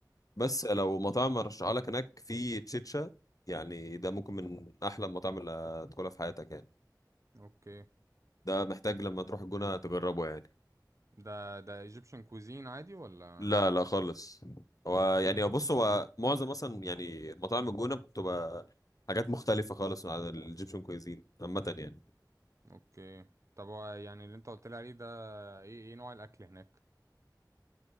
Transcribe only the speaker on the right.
اوكي
ده ده ايجيبشن كوزين عادي ولا
اوكي طب هو يعني اللي انت قلت لي عليه ده ايه ايه نوع الاكل هناك